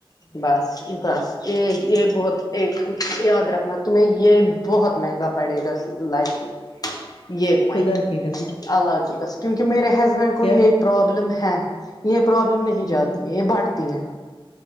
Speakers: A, on the left; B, on the left.
A: بس بس یہ یہ بہت ایک یاد رکھنا تمہیں یہ بہت مہنگا پڑے گا لائف کی یہ پوائنٹ
B: خدا کی قسم
A: اللہ کی کیونکہ میرے ہسبینڈ کو
B: کیا
A: یہ پرابلم ہے یہ پرابلم نہیں
B: ہوں
A: جاتی ہے یہ بڑھتی ہے